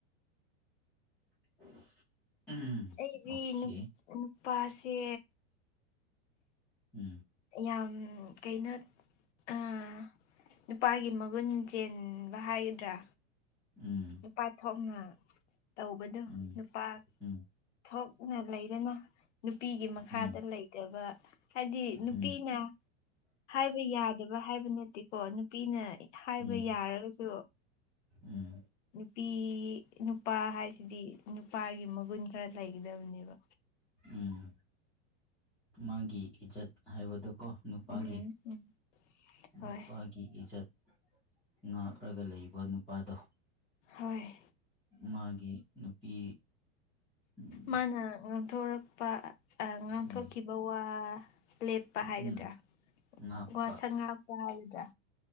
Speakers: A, in the centre; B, on the left.
A: <unintelligible>
B: ꯑꯩꯗꯤ
A: ꯑꯣꯀꯦ
B: ꯅꯨ ꯅꯨꯄꯥꯁꯦ
A: ꯎꯝ
B: ꯌꯥꯝ ꯀꯩꯅꯣ ꯑꯥ ꯅꯨꯄꯥꯒꯤ ꯃꯒꯨꯟ ꯆꯦꯟꯕ ꯍꯥꯢꯒꯗ꯭ꯔꯥ
A: ꯎꯝ
B: ꯅꯨꯄꯥ ꯊꯣꯛꯅ ꯇꯧꯕꯗꯣ
A: ꯎꯝ
B: ꯅꯨꯄꯥ
A: ꯎꯝ
B: ꯊꯣꯛꯅ ꯂꯩꯗꯅ ꯅꯨꯄꯤꯒꯤ ꯃꯈꯥꯗ
A: ꯎꯝ
B: ꯂꯩꯇꯕ ꯍꯥꯢꯗꯤ ꯅꯨꯄꯤꯅ
A: ꯎꯝ
B: ꯍꯥꯢꯕ ꯌꯥꯗꯕ ꯍꯥꯢꯕ ꯅꯠꯇꯦꯀꯣ ꯅꯨꯄꯤꯅ ꯍꯥꯢꯕ
A: ꯎꯝ
B: ꯌꯥꯔꯒꯁꯨ
A: ꯎꯝ
B: ꯅꯨꯄꯤ ꯅꯨꯄꯥ ꯍꯥꯏꯁꯤꯗꯤ ꯅꯨꯄꯥꯒꯤ ꯃꯒꯨꯟ ꯈꯔ ꯂꯩꯒꯗꯕꯅꯦꯕ
A: ꯎꯝ ꯃꯥꯒꯤ ꯏꯖꯠ ꯍꯥꯏꯕꯗꯣ ꯀꯣ ꯅꯨꯄꯥꯒꯤ
B: ꯎꯝ ꯎꯝ ꯍꯣꯏ
A: ꯅꯨꯄꯥꯒꯤ ꯏꯖꯠ ꯉꯥꯛꯂꯒ ꯂꯩꯕ ꯅꯨꯄꯥꯗꯣ
B: ꯍꯣꯏ
A: ꯃꯥꯒꯤ ꯅꯨꯄꯤ ꯎꯝ
B: ꯃꯥꯅ ꯉꯥꯡꯊꯣꯔꯛꯄ ꯑꯥ ꯉꯥꯡꯊꯣꯛꯈꯤꯕ
A: ꯎꯝ
B: ꯋꯥ ꯂꯦꯞꯄ ꯍꯥꯏꯒꯗ꯭ꯔꯥ
A: ꯎꯝ ꯉꯥꯛꯄ
B: ꯋꯥꯁꯛ ꯉꯥꯛ ꯄꯥ ꯍꯥꯏꯒꯗ꯭ꯔ